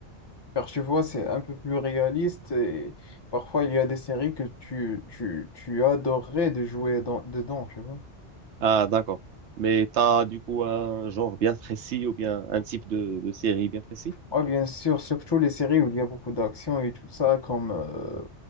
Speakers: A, on the left; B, on the right.
A: Car tu vois, c'est un peu plus réaliste et parfois il y a des séries que tu, tu, tu adorerais de jouer dans- dedans, tu vois.
B: Ah, d'accord. Mais t'as du coup un genre bien précis, ou bien un type de, de série bien précis?
A: Oui, bien sûr, surtout les séries où il y a beaucoup d'action et tout ça, comme, euh,